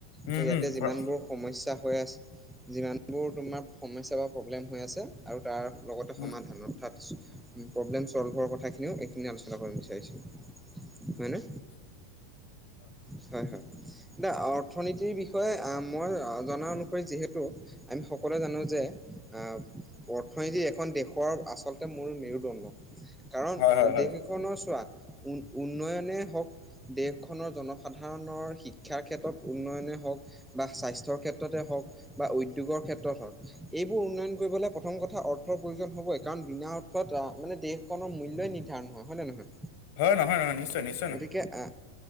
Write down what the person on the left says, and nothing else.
উম
উম
কৰা
উম
হয়
হয় হয়
হয় নহয় নহয় নিশ্চয় নিশ্চয়
নহয়